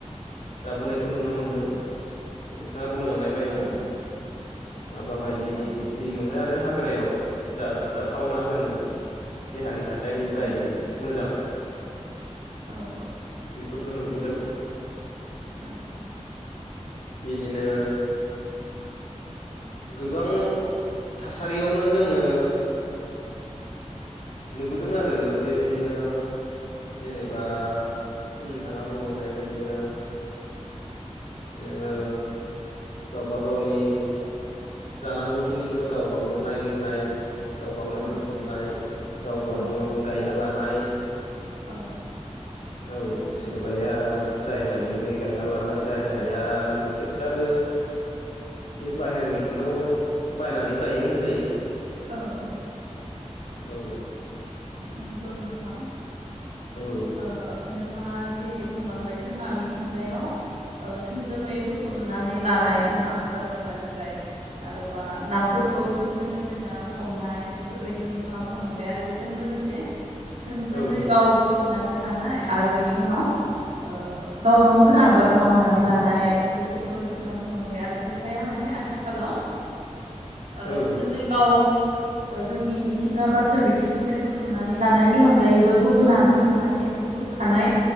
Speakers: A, on the left (about 85°); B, on the right (about 85°).
A: जाबोनायखौ नुनो मोनदों नोंथाङा बुंलांनाय बायदि
B: औ
A: माबा माबि
B: औ ओं
A: जि मोनो आरो हाग्रायाव जा जाथावना जोंनि देहानि थाखाय
B: उम
A: जाय मोजां
B: औ औ
A: बेफोरखौ नुबोदों
B: औ
A: बिदिनो गोबां थासारियावनो जोङो नुबोदों आरो बेबायदिनो जेनेबा नोंथाङा बुंलांनाय बायदिनो जोङो गावबा गावनि जानांगौखिनिखौ गाव गावनो नागिरनाय गाव गावनो
B: औ
A: बुथुमनाय गाव
B: औ
A: गावनो गायना लानाय
B: औ
A: औ सोरबाया जाय हायो बे गायना लाबाय जाय हाया बिसोरथो आरो एसे बाहेरनिखौनो बायनानै जायो होनजायो
B: औ औ
A: औ
B: नोंगौ नोंथां
A: औ
B: ओ नोंथाङा जे बुंलांबाय जोंहा मिथिंगायाव ओ थोंजोङै बुथुमनानै लानाय जोंहा हाग्रा बंग्रानिफ्राय आरोबा नाफोरखौ थोंजोङै जोङो हमनाय बेफोरबायदि नोंथाङा बुंलांबाय आरो बे जों लोगोसे थोंजोङै
A: औ
B: गाव बुथुमनानै लानाय आरो बेनि उनाव ओ गाव गावनो आबाद मावनानै लानाय बेफोरखौ नोंथाङा बुंलांबाय आरो खायफ बिफाया माने आथिखालाव
A: औ
B: थोंजोङै गाव जोंनि मिथिंगा बा सोरबिं आथिंनिफ्राय बुथुमनानै लानायनि अनगायैबो गुबुना बुथुमनानै बुथुमखानाय